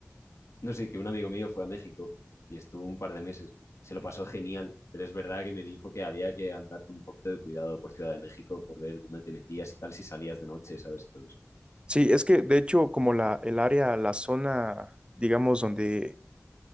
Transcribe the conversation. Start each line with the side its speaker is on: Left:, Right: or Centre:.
Left: No sé, que un amigo mío fue a México y estuvo un par de meses. Se lo pasó genial, pero es verdad que me dijo que había que andar con un poquito de cuidado por Ciudad de México, por ver dónde te metías y tal, si salías de noche, ¿sabes? Y todo eso.
Right: sí, es que de hecho como la, el área, la zona, digamos, donde